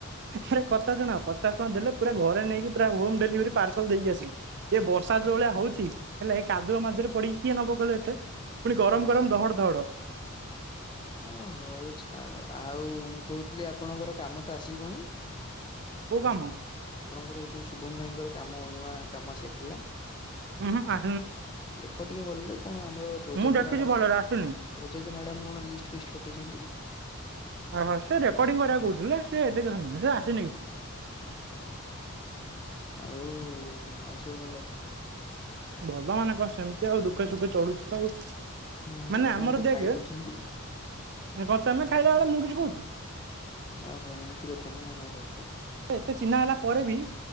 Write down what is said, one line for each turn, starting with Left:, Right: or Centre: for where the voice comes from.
Right: ଆରେ କଥା ଶୁଣ ପଚାଶ ଟଙ୍କା ଦେଲେ ପୁରା ଘରେ ନେଇକି ପୁରା ହୋମ ଡେଲିଭରି ପାର୍ସଲ ଦେଇକି ଆସିବି। ଏ ବର୍ଷା ଯୋଉ ଭଳିଆ ହଉଛି ହେଲା ଏ କାଦୁଅ ମାଦୁଅରେ ପଡି କିଏ ନବ କହିଲ ଏତେ ପୁଣି ଗରମ,
Left: ହଁ।
Right: ଗରମ ଦହଡ, ଦହଡ।
Left: ଓ ହଉ ଛାଡ ଆଉ ମୁଁ କହୁଥିଲି ଆପଣଙ୍କର କାମ ତ ଆସିଯିବଣି?
Right: କୋଉ କାମ?
Left: ଆପଣଙ୍କର ଏଇ ଯୋଉ ଶୁଭମ ଭାଇଙ୍କର କାମ ନୂଆ କାମ ଆସିଥିଲା।
Right: ଉହୁଁ ଆ
Left: ଦେଖ ଟିକେ ଭଲରେ କଣ ଆମର ପ୍ରୋଜେକ୍ଟ
Right: ମୁଁ ଦେଖିଛି
Left: ମ୍ୟାଡ଼ାମ
Right: ଭଲରେ ଆସିନି।
Left: ପ୍ରୋଜେକ୍ଟ ମ୍ୟାଡ଼ାାମ କଣ ଲିଷ୍ଟ ଫିଷ୍ଟ ପଠେଇଛନ୍ତି?
Right: ଓହୋ ସେ ରେକର୍ଡିଂ କରିବାକୁ କହୁଥିଲେ ସେ ଏତେଛନ୍ତି ସେ ଆସିନି।
Left: ଓ ହୋ! ଆଉ ଆଉ ସବୁ ଭଲ?
Right: ଭଲ ମାନେ କଣ? ସେମିତି ଆଉ। ଦୁଃଖେ ସୁଖେ ଚଳୁଛୁ ତ ଆଉ।
Left: ହୁଁ
Right: ମାନେ
Left: ଆଉ
Right: ଆମର
Left: କଣ ଟେ
Right: ଦେଖେ,
Left: ଖାଇ ଦଉଛନ୍ତି
Right: କଣ ତମେ ଖାଇଲା ବେଳେ ମୁଁ କିଛି କହୁଛି?
Left: ଓହୋ ଏମିତି କଥା ନା, ହଉ ହଉ କୁହ।
Right: ଏତେ ଚିହ୍ନା ହେଲା ପରେ ବି